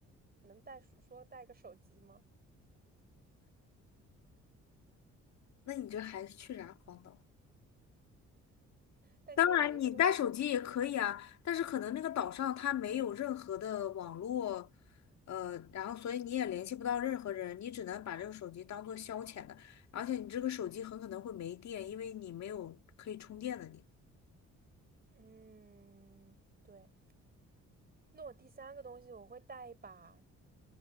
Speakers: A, on the right (about 30°); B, on the left (about 65°).
A: 能带，说带个手机吗？
B: 那你这还去啥荒岛？
A: 但你也没说，
B: 当然，你带手机也可以啊，但是可能那个岛上它没有任何的网络，呃，然后所以你也联系不到任何人，你只能把这个手机当做消遣的，而且你这个手机很可能会没电，因为你没有可以充电的你。
A: 嗯，对。那我第三个东西我会带一把，